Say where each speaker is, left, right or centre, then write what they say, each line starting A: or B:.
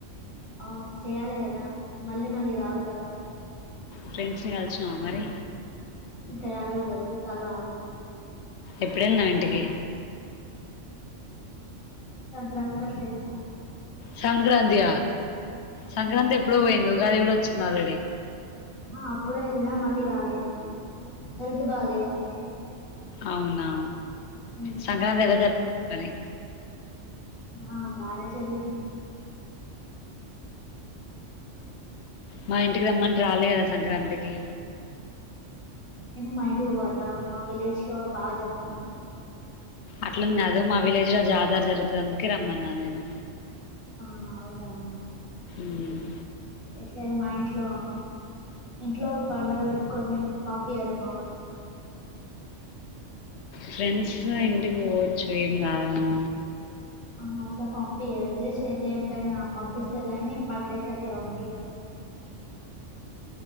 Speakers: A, on the left; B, on the left.
A: అవును చెయ్యాలి కదా మళ్ళీ మళ్ళీ రావు కదా అని
B: ఫ్రెండ్స్ ని కలిసా ఆ మరి
A: ఇకా వెలల్ ఇది కలవాలి
B: ఎప్పుడన్నా ఇంటికి
A: సంక్రాంతి పట్టల నా
B: సంక్రాంతి సంక్రాంతి ఎప్పుడో పోయింది ఉగాది కూడా వచ్చే వచ్చ నాలడ
A: ఆ అప్పుడే వెళ్నా మళ్ళీ రాలే హెల్త్ బాలేదు అందుకే
B: అవునా
A: ఉమ్,
B: సంక్రాంతి ఎలా జరుపుకున్నారు సరే
A: ఆ బానే జరిగింది
B: మా ఇంటికి రమ్మంట రాలే కదా సంక్రాంతికి
A: ఎందుకు మా ఇంటికి పోవద్దా మా విలేజ్ లో బాగా జరుపుకుంటారు
B: అట్ల కాదు మా విలేజ్ లో జాతర జరుగుతుంది అందుకే రమ్మన్నా నేను
A: ఆ అవునా
B: మ్
A: ఎట్లేదు మా ఇంట్లో ఇంట్లో పండగ పెట్ కొన్ని పంపియ్యరు మా వాళ్ళ
B: ఫ్రెండ్స్ ఇంటికి పోవచ్చు ఏం కాదు
A: ఆా అట్లా పం త్యాంకయినా పంపిస్తారు కాని పండగకి అట్లా పంపిించారు